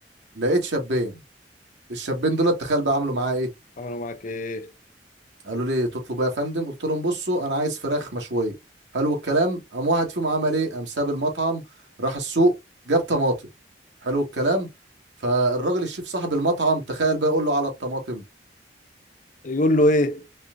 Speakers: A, on the right; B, on the left.
A: لقيت شابين الشابين دول تخيل بقى عملوا معايا ايه
B: عملوا معاك ايه
A: قالوا لي تطلب ايه يا فندم قلت لهم بصوا انا عايز فراخ مشويه حلو الكلام قام واحد فيهم عمل ايه قام ساب المطعم راح السوق جاب طماطم حلو الكلام فالراجل الشيف صاحب المطعم تخيل بقى يقول له على الطماطم
B: يقول له ايه